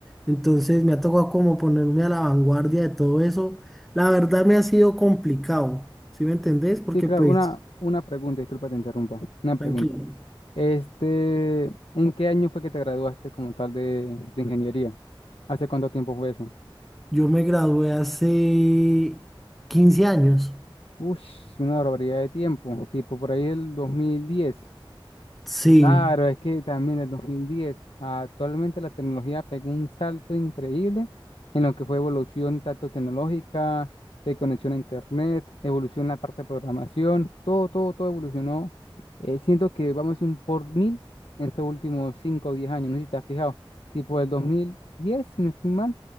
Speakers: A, in the centre; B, on the left.
A: Entonces me ha tocado como ponerme a la vanguardia de todo eso la verdad me ha sido complicado, ¿sí me entendés? Porque
B: Sí, claro,
A: pues,
B: una, una pregunta, disculpa te interrumpa. Una pregunta.
A: tranquilo,
B: Este, ¿en qué año fue que te graduaste como tal de, de ingeniería? ¿Hace cuánto tiempo fue eso?
A: yo me gradué hace 15 años.
B: Ush, una barbaridad de tiempo, tipo por ahí el 2010.
A: Sí,
B: Claro, es que también del 2010 a actualmente la tecnología pegó un salto increíble en lo que fue evolución tanto tecnológica, de conexión a internet, evolución en la parte de programación, todo, todo, todo evolucionó. Eh, siento que vamos a decir un por mil en estos últimos 5 o 10 años, no sé si te has fijado, tipo del 2010, si no estoy mal,